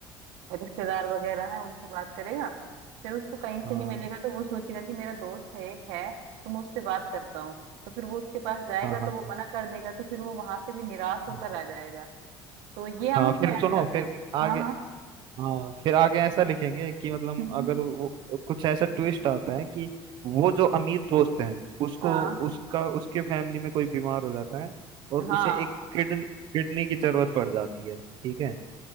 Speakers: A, on the right; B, on the right.
A: रिश्तेदार वगैरह हैं उनसे बात करेगा फिर उसको कहीं से
B: हाँ
A: नहीं मिलेगा तो वो सोचेगा कि मेरा दोस्त है एक है तो मैं उससे बात करता हूँ तो फिर वो उसके पास जाएगा
B: हाँ
A: तो
B: हाँ
A: वो मना कर देगा तो फिर वो वहां से भी निराश होकर
B: हम्म।
A: आ जाएगा तो ये हम
B: हाँ,
A: इसमें
B: फिर
A: ऐड
B: सुनो
A: कर
B: फिर
A: देंगे
B: आगे
A: हाँ हाँ
B: हाँ फिर आगे ऐसा लिखेंगे कि मतलब
A: हम्म,
B: अगर
A: हम्म,
B: वो कुछ ऐसा ट्विस्ट आता है कि वो जो अमीर दोस्त हैं उसको
A: हाँ
B: उसका उसके फैमिली में कोई बीमार हो जाता है और उसे
A: हाँ
B: एक किडनी किडनी की जरूरत पड़ जाती है ठीक है